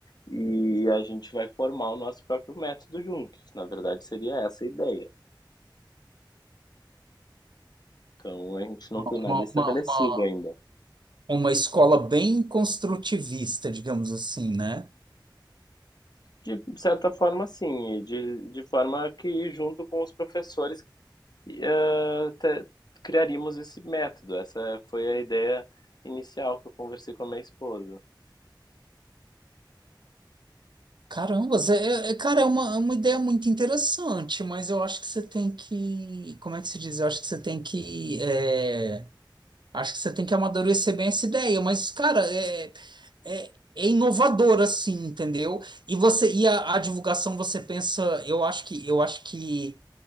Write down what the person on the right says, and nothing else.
Uma,
uma, uma-
Uma escola bem construtivista, digamos assim, né?
Caramba, Zé, é- é- cara, é uma, é uma ideia muito interessante, mas eu acho que você tem que. Como é que se diz? Eu acho que você tem que. é, acho que você tem que amadurecer bem essa ideia, mas, cara, é, é, é inovador, assim, entendeu? E você, e a, a divulgação, você pensa, eu acho que, eu acho que.